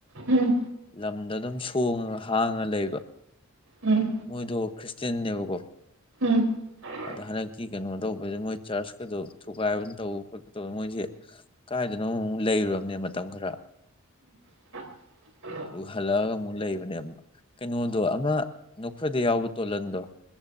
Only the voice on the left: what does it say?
ꯂꯝꯗꯣ ꯑꯗꯨꯝ ꯁꯣꯡꯉꯒ ꯍꯥꯡꯉ ꯂꯩꯕ
ꯃꯣꯏꯗꯣ ꯈ꯭ꯔꯤꯁꯇꯦꯟꯅꯦꯕꯀꯣ
ꯑꯗ ꯍꯟꯗꯛꯀꯤ ꯀꯩꯅꯣ ꯇꯧꯕꯁꯤꯗ ꯃꯣꯏ ꯆꯔꯆꯀꯗꯣ ꯊꯨꯒꯥꯏꯕ ꯇꯧꯕ ꯈꯣꯠꯄ ꯇꯧꯕ ꯃꯣꯏꯁꯦ ꯀꯥꯏꯗꯅꯣ ꯑꯃꯨꯛꯃꯨꯛ ꯂꯩꯔꯨꯔꯕꯅꯦ ꯃꯇꯝ ꯈꯔ
ꯑꯗꯨ ꯍꯜꯂꯛꯑꯒ ꯑꯃꯨꯛ ꯂꯩꯕꯅꯦꯕ ꯀꯩꯅꯣꯗꯣ ꯑꯃ ꯅꯣꯛꯐꯗ‌ꯦ ꯌꯥꯎꯕ ꯇꯣꯂꯟꯗꯣ